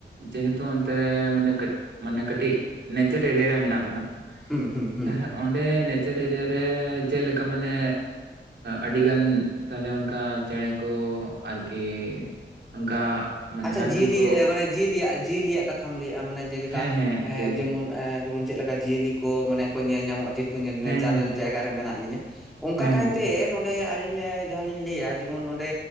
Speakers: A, on the right; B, in the centre.
A: ᱡᱮᱦᱮᱛᱩ ᱚᱱᱛᱮ ᱨᱮ ᱢᱟᱱᱮ ᱠᱟᱴ ᱢᱟᱱᱮ ᱠᱟᱹᱴᱤᱜ ᱱᱮᱪᱟᱨ ᱮᱨᱤᱭᱟ ᱨᱮ ᱢᱮᱱᱟᱜ ᱵᱤᱱᱟ?
B: ᱦᱩᱸ ᱦᱩᱸ ᱦᱩᱸ᱾
A: ᱛᱟᱦᱮᱸ ᱚᱸᱰᱮ ᱱᱮᱪᱟᱨ ᱮᱨᱤᱭᱟ ᱨᱮ ᱪᱮᱫ ᱞᱮᱠᱟ ᱢᱟᱱᱮ ᱟᱹᱰᱤ ᱜᱟᱱ ᱛᱟᱦᱚᱞᱮ ᱚᱱᱠᱟ ᱪᱮᱬᱮ ᱠᱚ ᱟᱨᱠᱤ ᱚᱱᱠᱟ ᱢᱟᱱᱮ
B: ᱟᱪᱪᱷᱟ
A: ᱦᱟᱹᱛᱤ
B: ᱡᱤᱭᱟᱹᱞᱤ
A: ᱠᱚ
B: ᱢᱟᱱᱮ ᱡᱤᱭᱟᱹᱞᱤᱭᱟᱜ ᱡᱤᱭᱟᱹᱞᱤᱭᱟᱜ ᱠᱟᱛᱷᱟᱢ ᱞᱟᱹᱭᱮᱜᱼᱟ, ᱢᱟᱱᱮ ᱡᱮᱞᱮᱠᱟ
A: ᱦᱮᱸ ᱦᱮᱸ
B: ᱮᱸ
A: ᱡᱤᱭᱟᱹᱞᱤ
B: ᱡᱮᱢᱚᱱ ᱮ ᱡᱮᱢᱚᱱ ᱪᱮᱫ ᱞᱮᱠᱟ ᱡᱤᱭᱟᱹᱞᱤ ᱠᱚ ᱢᱟᱱᱮ ᱠᱚ ᱧᱮᱞ ᱧᱟᱢᱚᱜᱼᱟ, ᱡᱮ ᱛᱚ ᱱᱮᱪᱟᱨᱮᱞ
A: ᱦᱮᱸ ᱦᱮᱸ ᱦᱮᱸ
B: ᱡᱟᱭᱜᱟ ᱨᱮ ᱢᱮᱱᱟᱜ ᱞᱤᱧᱟᱹ, ᱚᱱᱠᱟ
A: ᱦᱮᱸ
B: ᱠᱟᱹᱭᱛᱮ
A: ᱦᱮᱸ
B: ᱱᱚᱰᱮ ᱟᱹᱞᱤᱧ ᱡᱟᱦᱟᱸ ᱞᱤᱧ ᱞᱟᱹᱭᱟ, ᱡᱮᱢᱚᱱ ᱱᱚᱰᱮ